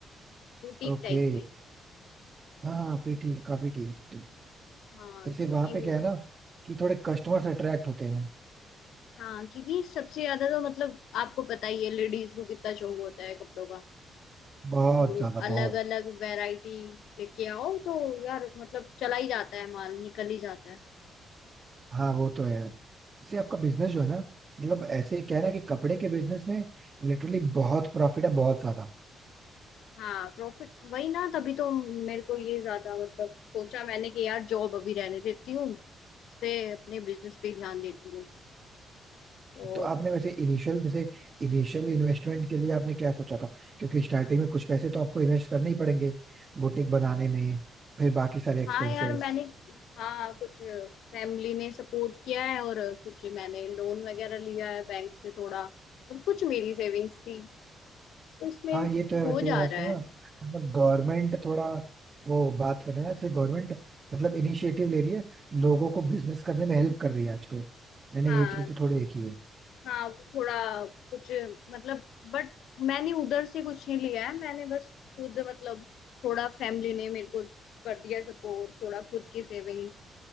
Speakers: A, on the left; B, on the right.
A: बुटीक
B: ओके
A: टाइप में
B: हाँ हाँ फिर ठीक है, काफी ठीक है, ठीक
A: हाँ
B: जैसे
A: क्योंकि
B: वहां पे क्या है ना कि थोड़े कस्टमर्स अट्रैक्ट होते हैं
A: हाँ क्योंकि सबसे ज्यादा तो मतलब आपको पता ही है लेडीज को कितना शौक होता है कपड़ों का
B: बहुत
A: तो
B: ज्यादा
A: अलग
B: बहुत
A: अलग वैरायटी लेके आओ तो यार मतलब चला ही जाता है माल निकल ही जाता है
B: हाँ वो तो है यार जैसे आपका बिजनेस जो है ना मतलब ऐसे ही क्या है ना कि कपड़े के बिजनेस में लिटरली बहुत प्रॉफिट है बहुत ज्यादा
A: हाँ प्रॉफिट वही ना तभी तो मेरे को ये ज्यादा मतलब सोचा मैंने कि यार जॉब अभी रहने देती हूँ इस पे अपने बिजनेस पे ध्यान देती हूँ तो
B: तो आपने वैसे इनिशियल जैसे इनिशियल इन्वेस्टमेंट के लिए आपने क्या सोचा था क्योंकि स्टार्टिंग में कुछ पैसे तो आपको इन्वेस्ट करने ही पड़ेंगे बुटीक बनाने में फिर बाकी सारे एक्सपेंसेस
A: हाँ यार मैंने हाँ कुछ फैमिली ने सपोर्ट किया है और कुछ मैंने लोन वगैरह लिया है बैंक से थोड़ा और कुछ मेरी सेविंग्स थी तो इसमें
B: हाँ ये तो है वैसे
A: हो जा
B: यार
A: रहा
B: सुनो
A: है
B: ना मतलब गवर्नमेंट थोड़ा वो बात कर रहे हैं ना जैसे गवर्नमेंट मतलब इनिशिएटिव ले रही है लोगों को बिजनेस करने में हेल्प कर रही है आजकल मैंने
A: हाँ
B: ये चीज तो थोड़ी देखी है
A: हाँ वो थोड़ा कुछ मतलब बट मैंने उधर से कुछ नहीं लिया है मैंने बस खुद मतलब थोड़ा फैमिली ने मेरे को कर दिया सपोर्ट थोड़ा खुद की सेविंग